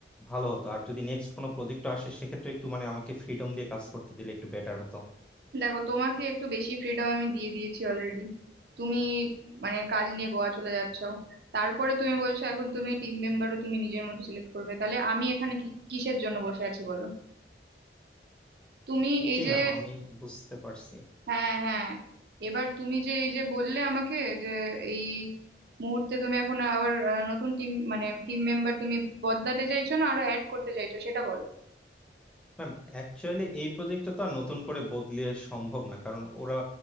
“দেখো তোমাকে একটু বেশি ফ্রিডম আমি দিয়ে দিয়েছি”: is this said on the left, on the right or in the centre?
Right